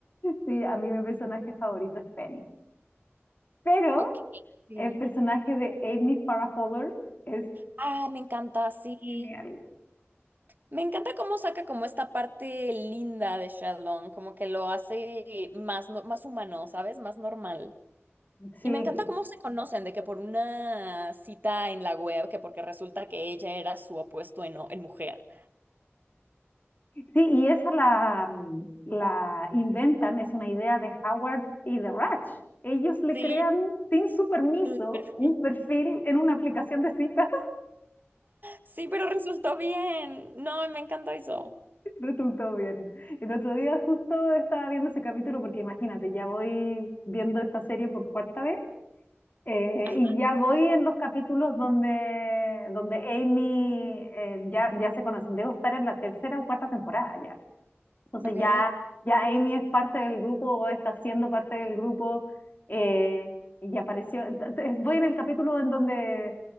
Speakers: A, on the left; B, on the right.
A: Sí, a mí mi personaje favorito es Penny. Pero
B: Ok, sí.
A: el personaje de Amy Farrah Fowler es
B: Ah, me encanta, sí.
A: genial.
B: Me encanta cómo saca como esta parte linda de Shenlong, como que lo hace más, no- más humano, ¿sabes? Más normal.
A: Sí,
B: Y me encanta cómo se conocen, de que por una cita en la web, que porque resulta que ella era su opuesto en, o- en mujer.
A: sí, y esa la, mm, la inventan, es una idea de Howard y de Ratch. Ellos le
B: Sí,
A: crean sin su permiso
B: el perfil.
A: un perfil en una aplicación de citas.
B: sí, pero resultó bien. No, me encanta eso.
A: <laughs> Resultó bien. El otro día justo estaba viendo ese capítulo porque imagínate, ya voy viendo esta serie por cuarta vez Eh,
B: Ajá,
A: y ya voy en los capítulos donde, donde Amy eh, ya, ya se conocen. Debo estar en la tercera o cuarta temporada ya. Entonces
B: ok,
A: ya, ya Amy es parte del grupo, o está siendo parte del grupo, eh, y apareció. ent- ent- Voy en el capítulo en donde